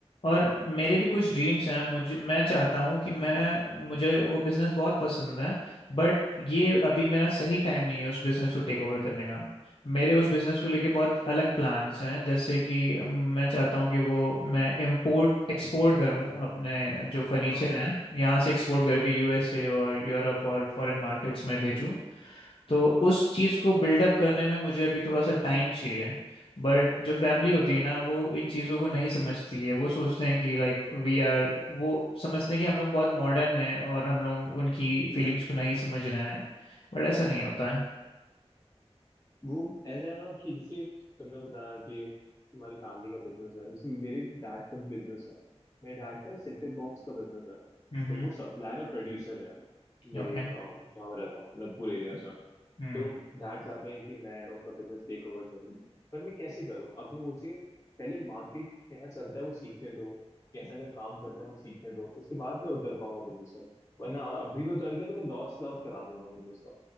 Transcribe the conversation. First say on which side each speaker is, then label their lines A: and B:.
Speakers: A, on the left; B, on the left.
A: और मेरे भी कुछ ड्रीम्स हैं मुझे मैं चाहता हूं कि मैं मुझे वो बिजनेस बहुत पसंद है बट ये अभी मेरा सही टाइम नहीं है उस बिजनेस को टेक ओवर करने का मेरे उस बिजनेस को लेके बहुत अलग प्लान्स हैं जैसे कि अम, मैं चाहता हूं कि वो मैं इंपोर्ट एक्सपोर्ट करूं अपने जो फर्नीचर
B: हाँ हाँ
A: हैं यहाँ से एक्सपोर्ट करके यूएसए और यूरोप और फॉरेन मार्केट्स में भेजूं तो उस चीज़ को बिल्डअप करने में मुझे अभी थोड़ा सा टाइम चाहिए बट जो फैमिली होती है ना वो इन चीज़ों को नहीं समझती है वो सोचते हैं कि लाइक वी आर वो समझते हैं कि हम लोग बहुत मॉडर्न हैं और हम लोग उनकी फीलिंग्स को नहीं समझ रहे हैं बट ऐसा नहीं होता है
B: वो ऐसा है ना कि जैसे तुमने बताया कि तुम्हारी फैमिली का बिजनेस है जैसे मेरे डैड का बिजनेस है मेरे डैड का सेट टॉप बॉक्स का बिजनेस है
A: हम्म
B: तो वो सप्लायर और प्रोड्यूसर है मेरे
A: ओके
B: अ, जहाँ मैं रहता हूँ मतलब पूरे एरिया से
A: हम्म
B: तो डैड चाहते हैं कि मैं उनका बिजनेस टेक ओवर करूँ पर मैं कैसे करूँ अभी मुझे पहले मार्केट कैसा चलता है वो सीखने दो कैसा क्या काम करता है वो सीखने दो उसके बाद मैं उतर पाऊंगा बिजनेस में वरना अभी मैं उतर गया तो मैं लॉस लॉस करा दूंगा बिजनेस